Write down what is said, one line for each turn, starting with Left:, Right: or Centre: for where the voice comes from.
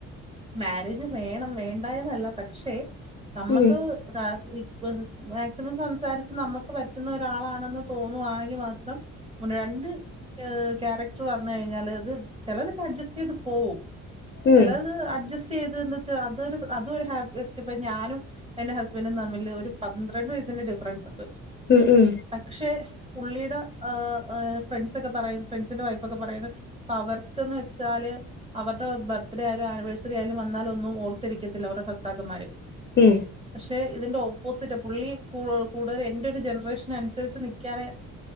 Right: മാരേജ് വേണം വേണ്ടായെന്നല്ല പക്ഷെ നമ്മക്ക്
Left: ഉം
Right: താ ഇ മാക്സിമം സംസാരിച്ച് നമ്മക്ക് പറ്റുന്ന ഒരാളാണെന്ന് തോന്നുവാണെങ്കിൽ മാത്രം <unintelligible> രണ്ട് ഏഹ് ക്യാരക്ടർ വന്ന് കഴിഞ്ഞാൽ അത് ചെലതൊക്കെ അഡ്ജസ്റ്റ് ചെയ്ത് പോവും. ചെല
Left: ഉം
Right: ത് അഡ്ജസ്റ്റ് ചെയ്ത് ന്ന് വെച്ചാൽ അത് ഒര് അതും ഒരു <unintelligible> ഇപ്പോ ഞാനും എന്റെ ഹസ്ബൻഡും തമ്മില് ഒരു പന്ത്രണ്ട് വയസ്സിന്റെ ഡിഫറൻസ് ണ്ട്.
Left: ഉം ഉം
Right: പക്ഷെ പുള്ളിയുടെ ആഹ ഫ്രണ്ട്സൊക്കെ പറയുന്നു ഫ്രണ്ട്സിന്റെ വൈഫൊക്കെ പറയുന്നു അവർക്ക്ന്ന് വെച്ചാല് അവരുടെ ബർത്ത്ഡേ ആയ- ആനിവേഴ്സറി ആയാലും വന്നാലും ഒന്നും ഓർത്തിരിക്കത്തില്ല അവരുടെ ഭർത്താക്കന്മാര്
Left: ഏയ്
Right: പക്ഷെ ഇതിന്റെ ഓപ്പോസിറ്റാ പുള്ളി കൂടുതൽ എന്റെ ഒരു ജനറേഷൻ അനുസരിച്ച് നിൽക്കാനെ